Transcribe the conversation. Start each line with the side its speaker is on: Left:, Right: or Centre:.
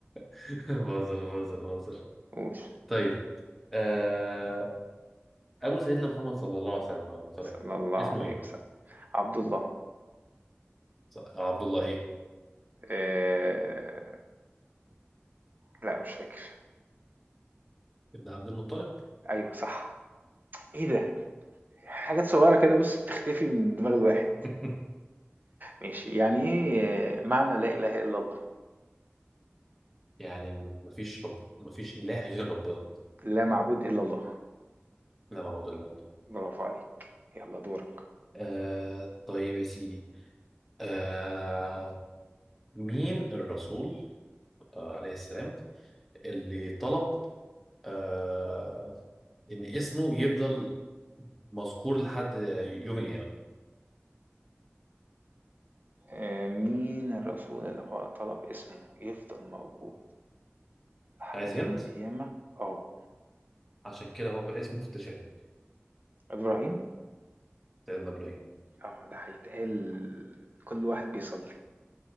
Centre: <laughs> بهزر بهزر بهزر
Right: قول
Centre: طيب آه، أبو سيدنا محمد صلى الله عليه وسلم عليه وسلم.
Right: صلى الله
Centre: اسمه
Right: عليه
Centre: إيه؟
Right: وسلم عبد الله
Centre: ص- عبد الله إيه؟
Right: آه... لا مش فاكر
Centre: ابن عبد المطلب
Right: ايوه صح ايه ده حاجات صغيره كده بص بتختفي من دماغ الواحد
Centre: <laughs>
Right: ماشي يعني ايه آه، معنى لا اله الا الله
Centre: يعني مفيش رب مفيش إله غير ربنا
Right: لا معبود الا الله
Centre: لا معبود إلا الله
Right: برافو عليك يلا دورك
Centre: آه طيب يا سيدي آه مين الرسول آه عليه السلام اللي طلب آه إن اسمه يفضل مذكور لحد يوم القيامة
Right: آه، مين الرسول اللي هو طلب اسمه يفضل موجود لحد
Centre: عايز
Right: يوم
Centre: هند
Right: القيامة اه
Centre: عشان كده هو اسمه في التشهد
Right: ابراهيم
Centre: سيدنا إبراهيم
Right: اه ده هيتقال كل واحد بيصلي